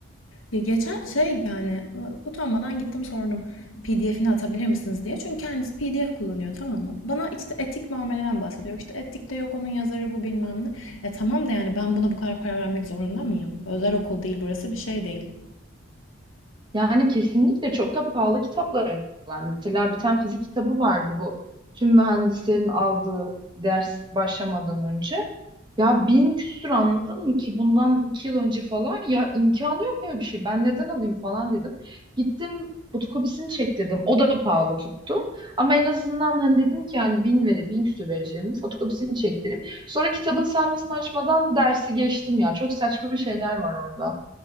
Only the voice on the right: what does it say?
Yani kesinlikle çok da pahalı kitaplar öneriyorlar. Mesela bir tane fizik kitabı vardı bu. Tüm mühendislerin aldığı ders başlamadan önce. Ya bin küsür anladın mı ki bundan iki yıl önce falan ya imkanı yok ya bir şey. Ben neden alayım falan dedim. Gittim fotokopisini çektirdim. O da pahalı tuttu. Ama en azından hani dedim ki yani bin veri, bin küsür vereceğim. Fotokopisini çektireyim. Sonra kitabın sayfasını açmadan dersi geçtim ya. Çok saçma şeyler var orada.